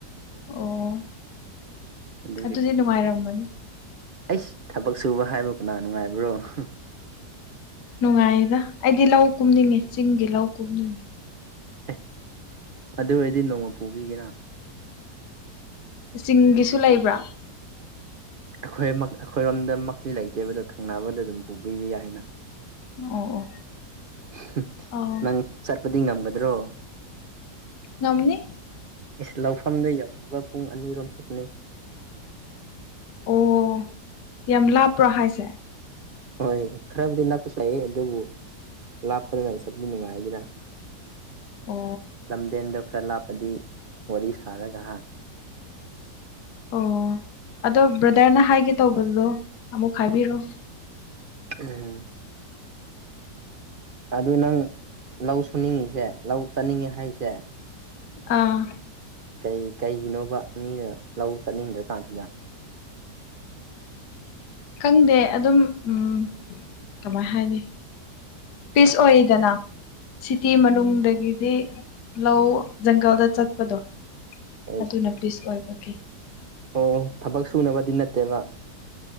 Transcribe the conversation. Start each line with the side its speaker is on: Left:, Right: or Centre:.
Left: ꯑꯣ
Right: ꯑꯗꯨꯒꯤ
Left: ꯑꯗꯨꯗꯤ ꯅꯨꯡꯉꯥꯏꯔꯝꯃꯅꯤ
Right: ꯑꯩꯁ ꯊꯕꯛ ꯁꯨꯕ ꯍꯥꯏꯕ ꯀꯅꯥ ꯅꯨꯡꯉꯥꯏꯕ꯭ꯔꯣ <unintelligible>
Left: ꯅꯨꯡꯉꯥꯏꯌꯦꯗ ꯑꯩꯗꯤ ꯂꯧ ꯀꯨꯝꯅꯤꯡꯉꯦ ꯆꯤꯡꯒꯤ ꯂꯧ ꯀꯨꯝꯅꯤꯡꯉꯦ
Right: ꯑꯦꯍ ꯑꯗꯨ ꯑꯣꯏꯔꯗꯤ ꯅꯣꯡꯃ ꯄꯨꯕꯤꯒꯦꯅ
Left: ꯆꯤꯡꯒꯤꯁꯨ ꯂꯩꯕ꯭ꯔꯣ
Right: ꯑꯩꯈꯣꯏ ꯑꯃꯛ ꯑꯩꯈꯣꯏꯔꯣꯝꯗꯃꯛꯇꯤ ꯂꯩꯇꯦꯕꯗꯣ ꯊꯪꯅꯕꯗ ꯑꯗꯨꯝ ꯄꯨꯕꯤꯕ ꯌꯥꯏꯅ
Left: ꯑꯣ ꯑꯣ
Right: <unintelligible>
Left: ꯑꯥꯎ
Right: ꯅꯪ ꯆꯠꯄꯗꯤ ꯉꯝꯒꯗ꯭ꯔꯣ
Left: ꯉꯝꯅꯤ
Right: ꯏꯁ ꯂꯧꯐꯝꯗꯨ ꯌꯧꯅꯕ ꯄꯨꯡ ꯑꯅꯤꯔꯣꯝ ꯆꯠꯀꯅꯤ
Left: ꯑꯣ ꯌꯥꯝ ꯂꯥꯞꯄ꯭ꯔꯣ ꯍꯥꯏꯁꯦ
Right: ꯍꯣꯏ ꯈꯔꯕꯨꯗꯤ ꯅꯛꯄꯁꯨ ꯂꯩꯌꯦ ꯑꯗꯨꯕꯨ ꯂꯥꯞꯄ <unintelligible> ꯑꯗꯨꯅ ꯅꯨꯡꯉꯥꯏꯌꯦꯗꯅ
Left: ꯑꯣ
Right: ꯂꯝꯕꯦꯟꯗꯣ ꯈꯔ ꯂꯥꯞꯄꯗꯤ ꯋꯥꯔꯤ ꯁꯥꯔꯒ ꯍꯥ
Left: ꯑꯣ ꯑꯗꯣ ꯕ꯭ꯔꯗꯔꯅ ꯍꯥꯏꯒꯦ ꯇꯧꯕꯗꯣ ꯑꯃꯨꯛ ꯍꯥꯏꯕꯤꯔꯣ
Right: <unintelligible> ꯑꯗꯨ ꯅꯪ ꯂꯧ ꯁꯨꯅꯤꯡꯉꯤꯁꯦ ꯂꯧ ꯆꯠꯅꯤꯡꯉꯦ ꯍꯥꯏꯁꯦ
Left: ꯑꯥ
Right: ꯀꯩ ꯀꯩꯒꯤꯅꯣꯕ ꯃꯤꯅ ꯂꯧ ꯆꯠꯅꯤꯡꯗ꯭ꯔꯀꯥꯟꯁꯤꯗ
Left: ꯈꯪꯗꯦ ꯑꯗꯨꯝ ꯎꯝ ꯀꯃꯥꯏ ꯍꯥꯏꯅꯤ ꯄꯤꯁ ꯑꯣꯏꯌꯦꯗꯅ ꯁꯤꯇꯤ ꯃꯅꯨꯡꯗꯒꯤꯗꯤ ꯂꯧ ꯖꯪꯒꯜꯗ ꯆꯠꯄꯗꯣ
Right: ꯑꯩꯁ
Left: ꯑꯗꯨꯅ ꯄꯤꯁ ꯑꯣꯏꯕꯒꯤ
Right: ꯑꯣ ꯊꯕꯛ ꯁꯨꯅꯕꯗꯤ ꯅꯠꯇꯦꯕ